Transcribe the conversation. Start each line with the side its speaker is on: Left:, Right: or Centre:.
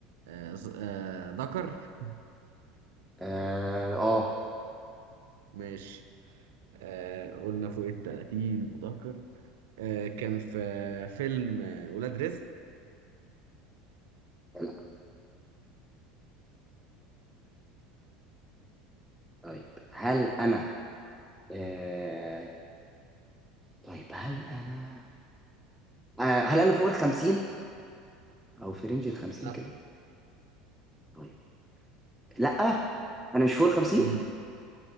Right: آه ز- آه ذكر
Centre: اه آه،
Right: ماشي آه قلنا فوق التلاتين وذكر آه كان في فيلم آه ولاد رزق
Centre: لا طيب هل انا آه، طيب هل انا آه هل انا فوق ال 50 او في رينج ال 50
Right: لا
Centre: كده طيب لا انا مش فوق ال 50
Right: امم